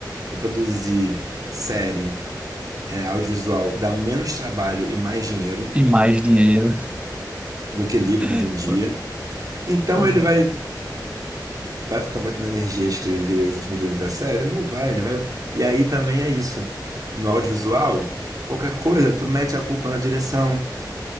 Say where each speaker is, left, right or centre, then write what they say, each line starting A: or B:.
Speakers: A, on the right (about 55°); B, on the right (about 15°).
A: e produzir série, é, audiovisual dá menos trabalho e mais dinheiro
B: E mais dinheiro.
A: do que livro hoje
B: <laughs>
A: em dia. Então
B: Pois
A: ele
B: é.
A: vai Vai ficar botando energia a escrever os últimos livros da série? Não vai, ele vai. E aí também é isso. No audiovisual, qualquer coisa, tu mete a culpa na direção,